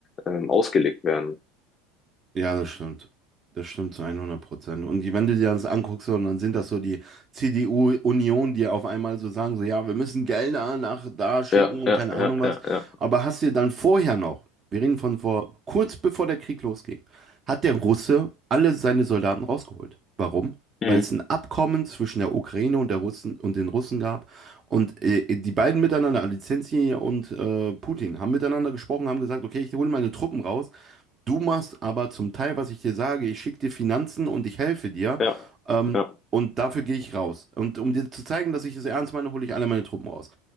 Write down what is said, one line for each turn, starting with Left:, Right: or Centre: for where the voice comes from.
Left: ähm, ausgelegt werden.
Right: Ja, das stimmt. Das stimmt zu 100 Prozent. Und die- wenn du dir das anguckst, und dann sind das so die CDU-Union, die auf einmal so sagen, so, ja, wir müssen Gelder nach da schicken
Left: Ja,
Right: und
Left: ja,
Right: keine Ahnung
Left: ja,
Right: was.
Left: ja, ja.
Right: Aber hast du dann vorher noch, wir reden von vor, kurz bevor der Krieg losging, hat der Russe alle seine Soldaten rausgeholt. Warum?
Left: Mhm.
Right: Weil es ein Abkommen zwischen der Ukraine und der Russen und den Russen gab. Und äh, die beiden miteinander, Alizensi und äh, Putin, haben miteinander gesprochen, haben gesagt, okay, ich hole meine Truppen raus. Du machst aber zum Teil, was ich dir sage, ich schicke dir Finanzen und ich helfe dir.
Left: Ja,
Right: Ähm,
Left: ja,
Right: und dafür gehe ich raus. Und um dir zu zeigen, dass ich es ernst meine, hole ich alle meine Truppen raus.